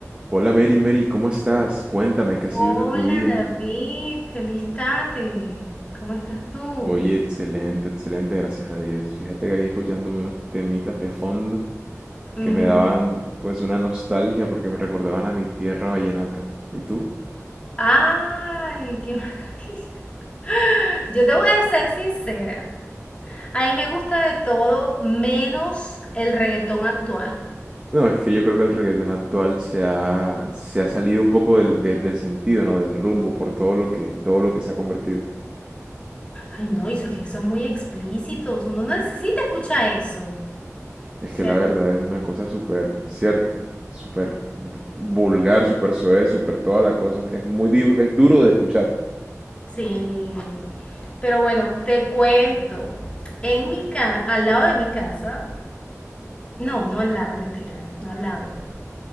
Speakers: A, on the right (about 20°); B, on the left (about 20°).
A: Hola Mary, Mary, ¿cómo estás? Cuéntame, ¿qué ha sido
B: Hola
A: de tu día?
B: David, feliz tarde. ¿Cómo estás tú?
A: Oye, excelente, excelente, gracias a Dios. Fíjate que aquí escuchándome unos temitas de fondo
B: Ujú.
A: que me daban pues una nostalgia porque me recordaban a mi tierra vallenata. ¿Y tú?
B: Ay, qué <laughs> maravilla. Yo te voy a ser sincera. A mí me gusta de todo menos el reggaetón actual.
A: No, es que yo creo que el reggaetón actual se ha, se ha salido un poco del, de- del sentido, ¿no? Del rumbo por todo lo que, todo lo que se ha convertido.
B: Ay, no, eso que son muy explícitos. Uno no necesita escuchar eso,
A: Es
B: ¿cierto?
A: que la verdad es una cosa súper cierta, súper vulgar, súper soez, súper toda la cosa. Es muy, di- es duro de escuchar.
B: Sí. Pero bueno, te cuento. En mi casa, al lado de mi casa, no, no al lado, mentira, no al lado.